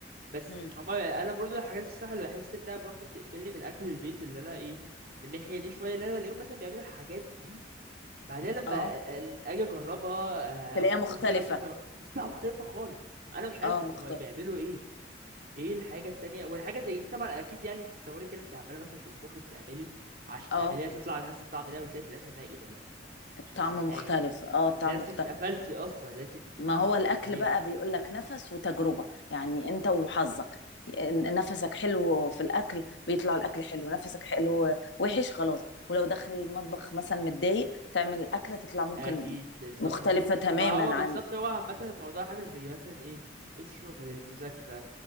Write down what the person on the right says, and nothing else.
بس
اما انا برضو الحاجات الصح اللي بحس انها برضو بتقفلني من اكل البيت اللي انا ايه من الناحيه دي شويه اللي انا بلاقيهم مثلا بيعملوا الحاجات دي بعدها لما
ال- اجي اجربها
آه، مامتي
تيجي مثلا تغ- تطلع مختلفه خالص انا مش عارف
طب
هما بيعملوا ايه ايه الحاجه التانية والحاجه زي دي طبعا اكيد يعني انت تصوري كده انت عماله مثلا تطبخي بتعملي عشان
تعمليها تطلع بنفس الطعم ده وتلاقي في الاخر إنها ايه ده لا طب
مش نفس الحاجه
فتلاقي نفسك
اتقفلتي اصلا اللي انت ت-
ت-
تكمليها
اكيد بالظبط
ما هو بالظبط
هو عامه الموضوع عامل زي مثلا ايه الشغل المذاكره